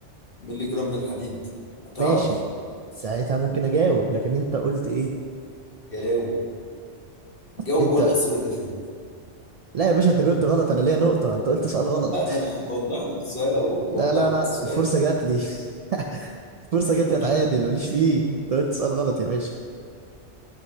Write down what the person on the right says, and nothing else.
ماشي ساعتها ممكن اجاوب لكن انت قلت ايه
انت
لا يا باشا انت جاوبت غلط انا ليا نقطة انت قلت سؤال غلط
<laughs>
لا
لا
لا
الفرصة جات لي <laughs> الفرصة
جات لي اتعادل ماليش فيه انت قلت سؤال غلط يا باشا